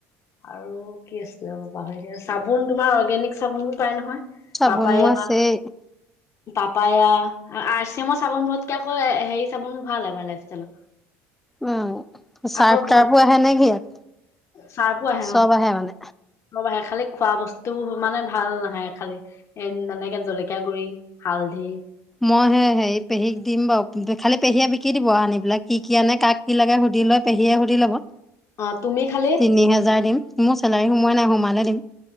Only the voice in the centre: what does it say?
চাবোন
মোৰ
আছেই
উম চাৰ্ফ
তাৰ্ফো
আহে নে কি ইয়াত
চব
আহে মানে
মই সে হেৰি পেহীক দিম বাৰু খালি পেহীয়ে বিকি দিব আনি পেলাই কি কি আনে কাক কি লাগে সো সুধি লৈ পেহীয়ে সুধি ল'ব
তিনি হেজাৰ দিম, মোৰ চেলাৰী সোমাই নাই সোমালে দিম।